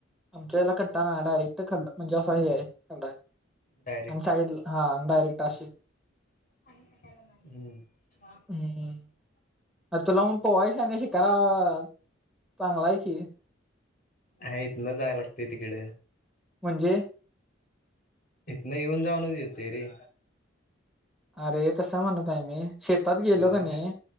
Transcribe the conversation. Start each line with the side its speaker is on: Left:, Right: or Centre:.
Centre: आमच्या याला कट्टा नाय डायरेक्ट खड्डा म्हणजे असा हे हाय खड्डा हाय.
Left: डायरेक्ट.
Centre: आणि साईडला हा डयरेक्ट आशी.
Left: <unintelligible> हम
Centre: हम्म अरे तुला मग पवायला शान्या चांगलाय की,
Left: हाय इथन जायला लागतय तिकड.
Centre: म्हणजे,
Left: इथनं येऊन जाऊनच येतोय रे.
Centre: आरेे तस म्हणत नाही मी. शेतात गेलो
Left: मग,
Centre: का नाही